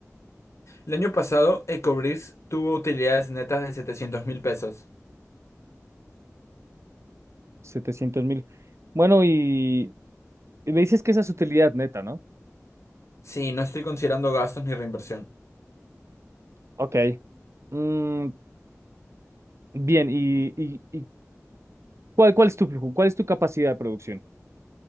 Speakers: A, on the left (about 60°); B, on the right (about 60°).
A: El año pasado, Ecobricks tuvo utilidades netas de setecientos mil pesos.
B: Setecientos mil. Bueno, y, y me dices que esa es utilidad neta, ¿no?
A: Sí, no estoy considerando gastos ni reinversión.
B: Ok. Mm, bien, y, y, y ¿cuál, cuál es tu flujo? ¿Cuál es tu capacidad de producción?